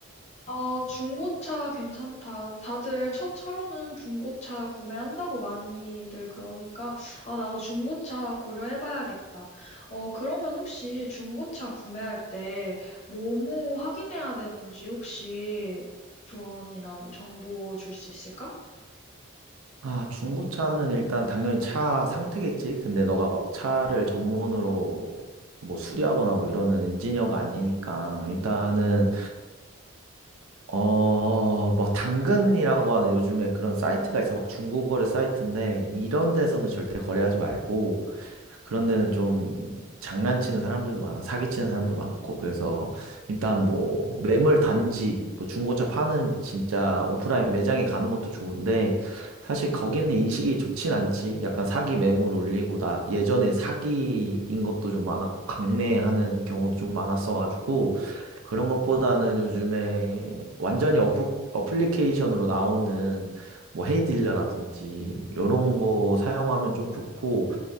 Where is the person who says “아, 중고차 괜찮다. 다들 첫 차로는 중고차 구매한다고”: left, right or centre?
Left